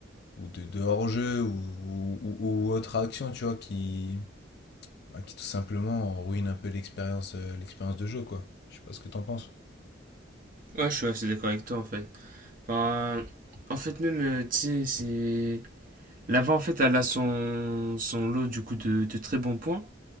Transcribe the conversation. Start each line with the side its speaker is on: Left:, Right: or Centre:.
Left: ou de, de hors-jeu ou, ou, ou- autre action, tu vois, qui, bah, qui tout simplement ruine un peu l'expérience euh, l'expérience de jeu, quoi. Je sais pas ce que t'en penses.
Right: Ouais, je suis assez d'accord avec toi, en fait. Enfin, en fait, même, euh, tu sais, c'est... l'avant en fait, elle a son, son lot, du coup, de, de très bons points.